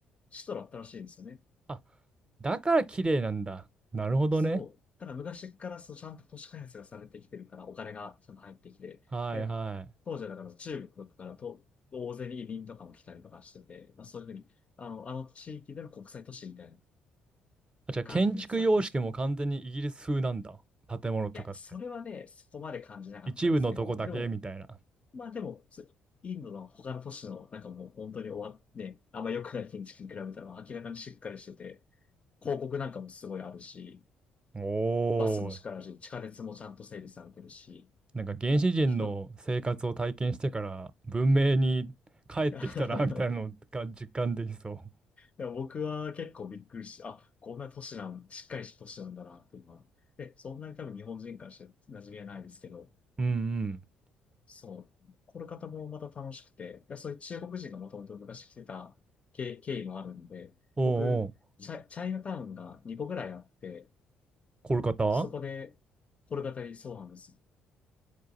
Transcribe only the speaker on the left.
首都だったらしいんですよね。
そう。ただ昔からそうちゃんと都市開発がされてきてるから、お金がちゃんと入ってきて、
で、当時はだから中国からと、大勢に移民とかも来たりとかしてて、まあ、そういうふうに、あの、あの地域での国際都市みたいな
感じになってたわけですよ。
いや、それはね、そこまで感じなかったですけど、
でも、まあでも、そインドの他の都市の、なんかもう本当に終わって、あんま良くない建築に比べたら明らかにしっかりしてて、広告なんかもすごいあるし、
バスもしっからし、地下鉄もちゃんと整備されてるし、
人、<laughs> でも僕は結構びっくりして、あ、こんな都市なん、しっかりした都市なんだな、っていうのは。で、そんなに多分日本人からして馴染みはないですけど、
そう。これ方もまた楽しくて、いやそういう中国人がもともと昔来てた経、経緯もあるんで、
僕、チャ、チャイナタウンが2個ぐらいあって、
そこで、これ方にそうなんです。